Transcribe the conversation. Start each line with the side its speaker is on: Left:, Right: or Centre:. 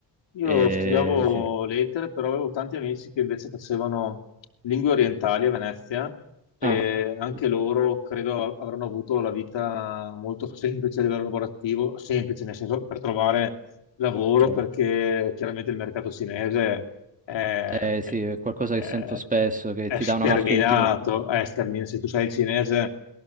Left: io
Right: E,
Left: studiavo
Right: sì.
Left: lettere, però avevo tanti amici che invece facevano lingue orientali a Venezia e
Right: Ah,
Left: anche
Right: sì,
Left: loro credo avranno avuto la vita molto semplice a livello lavorativo, semplice nel senso per trovare Lavoro
Right: chiaro.
Left: perché chiaramente il mercato cinese è,
Right: Eh,
Left: è-
Right: sì, è qualcosa
Left: è-
Right: che sento spesso, che
Left: è
Right: ti
Left: sterminato,
Right: dà una marcia in più.
Left: è sterminato. Se tu sei cinese